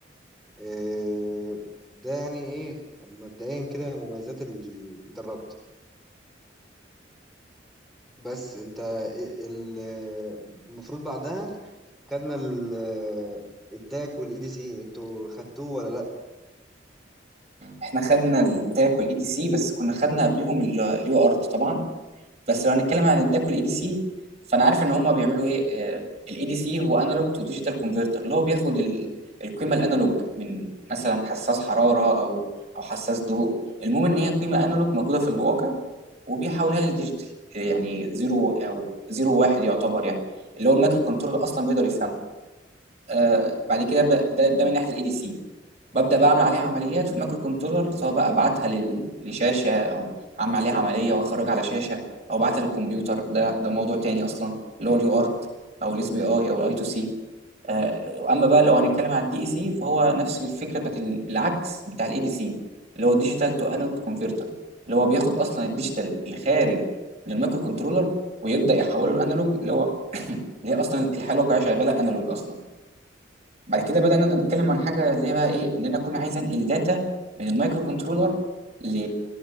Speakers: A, in the centre; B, on the right (about 40°).
A: آه، ده يعني ايه مبدئيا كده مميزات الانتربت بس انت ال- ال- المفروض بعدها خدنا ال- الداك والاي دي سي انتوا خدتوه ولا لا
B: احنا خدنا الداك والاي دي سي بس كنا خدنا قبليهم اليو ارت طبعا بس لو هنتكلم عن الداك والاي دي سي فانا عارف ان هما بيعملوا ايه الاي دي سي هو انالوج تو ديجيتال كونفرتر اللي هو بياخد ال- القيمه الانالوج من مثلا حساس حراره او او حساس ضوء المهم ان هي قيمه انالوج موجوده في الواقع وبيحولها للديجيتال يعني زيرو او زيرو واحد يعتبر يعني اللي هو المايكرو كنترول اصلا بيقدر يفهمه آه بعد كده ب- ده, ده من ناحيه الاي دي سي ببدأ بقى أعمل عليها عمليات في المايكرو كنترولر سواء بقى أبعتها لل- لشاشة أو أعمل عليها عملية وأخرجها على شاشة أو أبعتها للكمبيوتر ده ده موضوع تاني أصلا اللي هو اليو ارت أو الاس بي أي أو الاي تو سي آه، أما بقى لو هنتكلم على الدي إي سي فهو نفس الفكرة بتاعت ال- العكس بتاع الإي دي سي اللي هو ديجيتال تو انالوج كونفرتر اللي هو بياخد أصلا الديجيتال الخارج من المايكرو كنترولر ويبدأ يحوله الأنالوج اللي هو <coughs> اللي هي أصلا الحالة الواقعية شغالة أنالوج أصلا بعد كده بدأنا نتكلم عن حاجة اللي هي بقى إيه إن أنا أكون عايز أنقل داتا من المايكرو كنترولر ل...